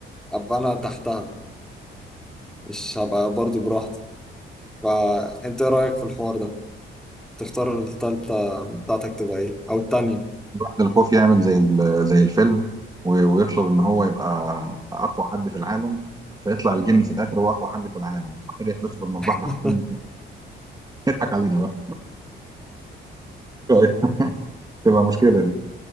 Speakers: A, in the centre; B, on the right.
A: ابقى انا تحتها فمش هبقى برضو براحتي فانت ايه رأيك في الحوار ده تختار التالتة بتاعتك تبقى ايه او التانية
B: يروح للخوف يعمل زي ال- زي الفيلم و- ويطلب ان هو يبقى اقوى حد في العالم فيطلع الجن في الاخر هو اقوى حد في العالم وبعد كده يحبسه في المصباح بعد
A: <laughs>
B: كده يضحك علينا بقى <laughs> تبقى مشكله